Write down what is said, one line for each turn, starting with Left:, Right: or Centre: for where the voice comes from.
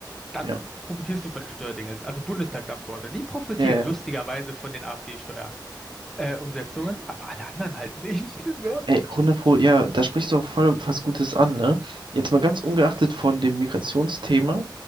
Centre: dann
Right: ja,
Centre: profitierst du von den Steuerdingen. Also Bundestagsabgeordnete, die profitieren
Right: ja,
Centre: lustigerweise
Right: ja.
Centre: von den afd Steuerumsetzungen äh, Umsetzungen, aber alle anderen halt nicht. <laughs> So.
Right: Ey, 100 Pro, ja, da sprichst du auch voll was Gutes an, ne? Jetzt mal ganz ungeachtet von dem Migrationsthema,